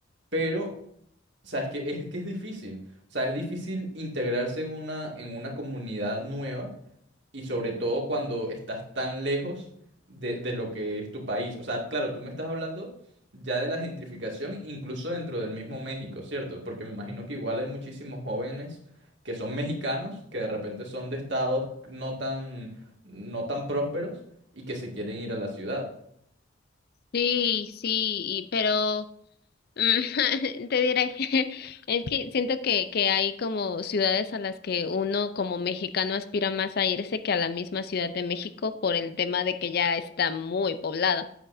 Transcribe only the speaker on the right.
Pero o sea, es que es que es difícil. O sea, es difícil integrarse en una, en una comunidad nueva y sobre todo cuando estás tan lejos de, de lo que es tu país. O sea, claro, tú me estás hablando ya de la gentrificación incluso dentro del mismo México, ¿cierto? Porque me imagino que igual hay muchísimos jóvenes que son mexicanos, que de repente son de estados no tan, no tan prósperos y que se quieren ir a la ciudad.